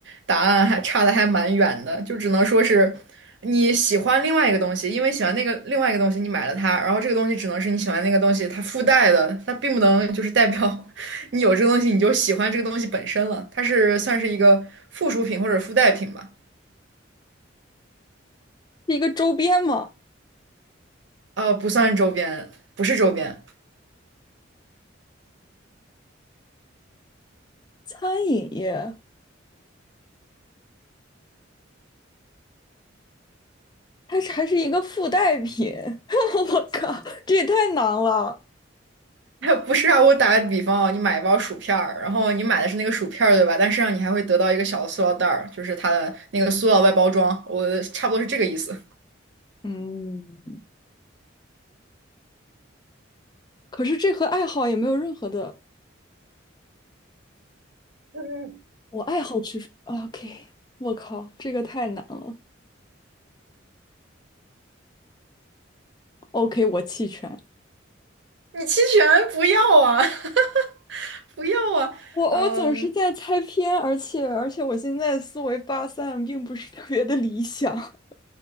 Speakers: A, on the right; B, on the left.
A: 答案还差的还蛮远的，就只能说是你喜欢另外一个东西，因为喜欢那个另外一个东西，你买了它，然后这个东西只能是你喜欢那个东西它附带的，它并不能就是代表 <laughs> 你有这个东西你就喜欢这个东西本身了，它是算是一个附属品或者附带品吧。
B: 是一个周边吗？
A: 呃，不算周边，不是周边，
B: 餐饮业，它是还是一个附带品，<laughs> 我靠，这也太难了。
A: <laughs> 不是啊。我打个比方啊，你买一包薯片儿，然后你买的是那个薯片儿，对吧？但实际上你还会得到一个小的塑料袋儿，就是它的那个塑料外包装，我差不多是这个意思。
B: 嗯，可是这和爱好也没有任何的，
A: 嗯，
B: 我爱好去 OK，我靠，这个太难了。OK，我弃权。
A: 你弃权不要啊，<laughs> 不要啊。
B: 我我总是在猜偏，
A: 嗯，
B: 而且而且我现在思维发散并不是特别的理想。<laughs>